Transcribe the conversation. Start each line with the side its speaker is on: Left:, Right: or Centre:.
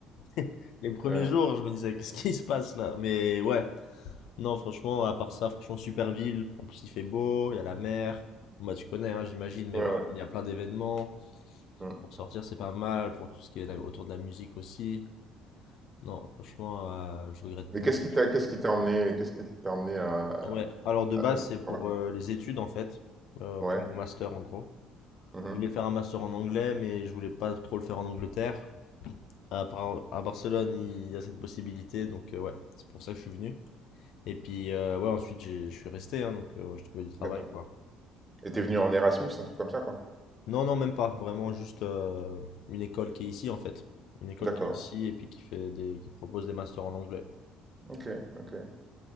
Left: <laughs> Les premiers
Right: Ouais,
Left: jours, je me disais, qu'est-ce qui se passe là? Mais ouais, non, franchement, à part ça, franchement, super ville. En plus, il fait beau, il y a la mer. Bon, bah, tu connais, hein, j'imagine, mais
Right: ouais,
Left: voilà,
Right: ouais.
Left: il y a plein d'événements.
Right: Mm.
Left: Pour sortir, c'est pas mal, pour tout ce qui est là- autour de la musique aussi. Non, franchement, euh, je regrette
Right: Mais
Left: pas.
Right: qu'est-ce qui t'a, qu'est-ce qui t'a emmené, qu'est-ce qui t'a emmené à, à-
Left: Ouais, alors de
Right: à-
Left: base, c'est
Right: sur
Left: pour
Right: la-
Left: euh, les études en fait, euh,
Right: Ouais,
Left: pour mon master en gros.
Right: mhm,
Left: Je voulais faire un master en anglais, mais je voulais pas trop le faire en Angleterre. À, Bar- à Barcelone, il y a cette possibilité, donc euh, ouais, c'est pour ça que je suis venu. Et puis, euh, ouais, ensuite, j'ai- je suis resté, hein, donc euh, je trouvais du travail,
Right: d'accord.
Left: quoi.
Right: Et t'es venu en Erasmus, un truc comme ça, quoi.
Left: Non, non, même pas, vraiment juste euh, une école qui est ici en fait. Une école
Right: D'accord,
Left: qui est ici et puis qui fait des, qui propose des masters en anglais.
Right: ok, ok.